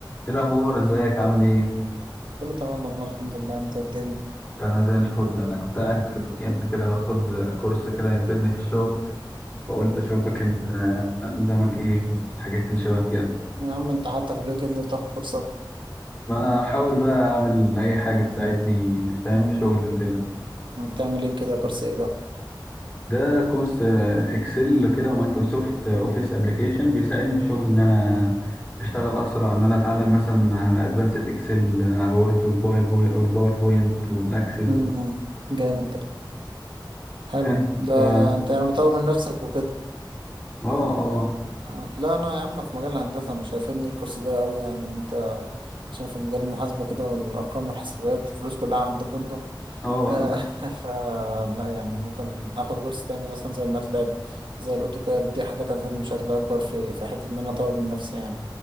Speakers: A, on the left; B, on the right.
A: ايه الاخبار ازيك عامل ايه
B: كله تمام والله الحمد لله انت الدنيا
A: انا زي الفل انا كنت قاعد في الويكند كده باخد كورس كده يفيدني في الشغل فقلت اشوفك انت آه، نظامك ايه في الحاجات اللي شبه كده
B: يا عم انت حتى في الويكند بتاخد كورسات
A: ما انا بحاول بقى اعمل اي حاجه تساعدني فاهم
B: امم
A: في شغلي وكده
B: بتعمل ايه كده كورس ايه ده
A: ده كورس آه، اكسل كده ومايكروسوفت آه، اوفيس ابلكيشن بيساعدني في شغل ان انا اشتغل اسرع ان انا اتعلم مثلا على ادفانسد اكسل على الوورد والباوربوينت والاكسس
B: امم جامد ده حلو
A: انت
B: ده
A: اه
B: انت يعني بتطور من نفسك وكده
A: اه
B: اه، لا انا يا عم في مجال الهندسه مش هيفيدني الكورس ده قوي يعني انت عشان في مجال المحاسبه كده والارقام والحسابات الفلوس كلها عندكم انتم
A: اه
B: آه، <laughs> فلا يعني ممكن اخد كورس تاني مثلا زي الماتلاب زي الاوتوكاد دي حاجات هتفيدني بشكل اكبر في في حته ان انا اطور من نفسي يعني